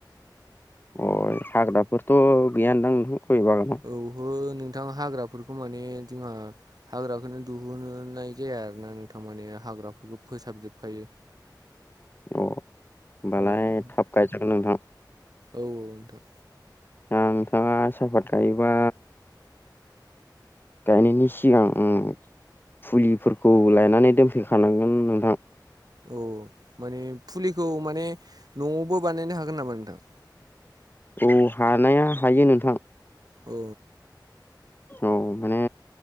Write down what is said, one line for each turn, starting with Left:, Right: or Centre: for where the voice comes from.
Left: अ हाग्राफोरथ' गैयानदां नोंथां गय बागानाव
Right: औहो नोंथां हाग्राफोरखौ माने जोंहा हाग्राखौनो दिहुननाय जाया आरो ना नोंथां माने हाग्राफोरखौ फोसाबजोबखायो
Left: अ होनमबालाय
Right: औ नोंथां
Left: थाब गायजागोन नोंथां
Right: औ नोंथां
Left: आ नोंथाङा सापात गायोबा गायनायनि सिगां ओम फुलिफोरखौ लायनानै दोनफैखानांगोन नोंथां
Right: औ माने फुलिखौ माने नआवबो बानायनो हागोन नामा नोंथां?
Left: औ हानाया हायो नोंथां
Right: औ
Left: औ माने